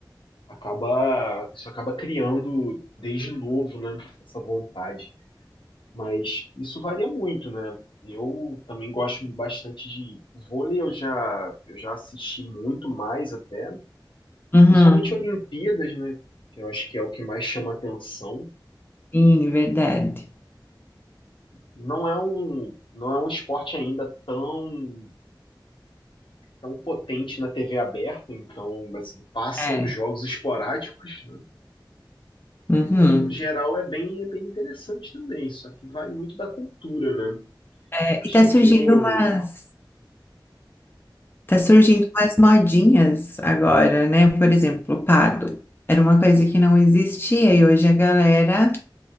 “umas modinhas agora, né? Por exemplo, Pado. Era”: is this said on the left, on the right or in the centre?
Left